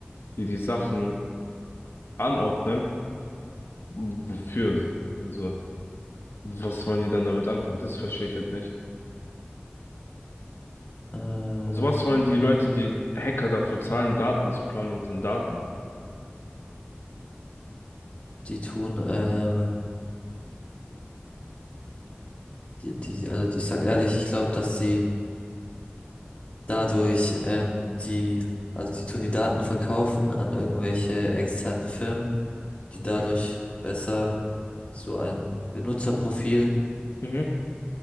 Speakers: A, on the left; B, on the left.
A: die die Sachen anordnen, wofür? Also, was wollen die dann damit anfangen? Das verstehe ich halt nicht.
B: Ähm,
A: Sowas wollen die Leute, die Hacker dafür zahlen, Daten zu klauen mit den Daten.
B: die tun, ähm, die, die, also ich sag ehrlich, ich glaube, dass sie dadurch, ähm, die, also die tun die Daten verkaufen an irgendwelche externen Firmen, die dadurch
A: Mhm.
B: besser so ein Benutzerprofil
A: Mhm.